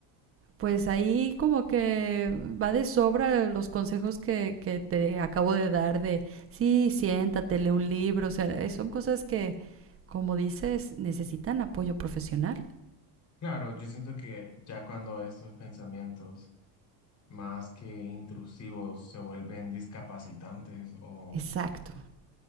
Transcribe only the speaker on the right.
pues ahí como que va de sobra los consejos que, que te acabo de dar de, sí, siéntate, lee un libro, o sea, eh, son cosas que como dices, necesitan apoyo profesional.
Exacto.